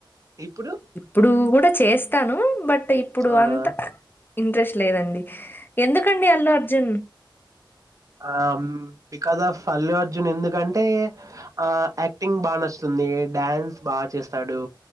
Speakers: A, on the right; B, on the left.
A: ఇప్పుడు
B: ఇప్పుడు కూడా చేస్తాను బట్ ఇప్పుడు
A: అవునా
B: అంతా. ఇంట్రెస్ట్ లేదండి ఎందుకండి అల్లు అర్జున్.
A: ఆహ్ బికాస్ ఆఫ్ అల్లు అర్జున్ ఎందుకంటే ఆహ్ యాక్టింగ్ బాగా నచ్చుతుంది. ఉమ్ ఇది డాన్స్ బాగా చేస్తాడు